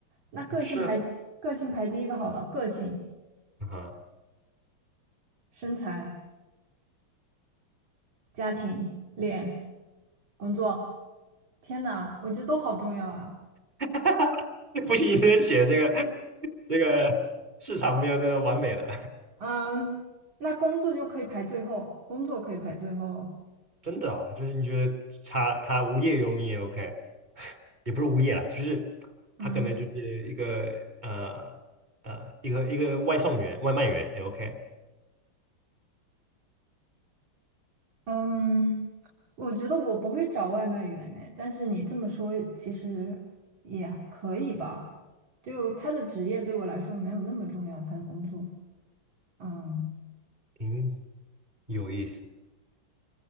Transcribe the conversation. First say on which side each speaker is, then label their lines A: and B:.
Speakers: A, on the right; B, on the right.
A: 那个性排个性排第一个好了，
B: <laughs> 是啊，
A: 个性、
B: 啊哈。
A: 身材。家庭、恋、工作，天呐，我觉得都好重要啊。
B: <laughs> 哈哈，不行，你得写这个这个市场没有那个完美的，
A: 嗯，那工作就可以排最后，工作可以排最后。
B: <laughs> 真的啊，就是你觉得他他无业游民也 OK，<laughs> 也不是无业啦，就是他可能就是一个呃呃一个一个外送员、
A: 嗯
B: 外卖员也 OK，
A: 嗯，我觉得我不会找外卖员呢，但是你这么说其实也可以吧。就他的职业对我来说没有那么重要，他的工作，嗯，
B: 嗯，有意思。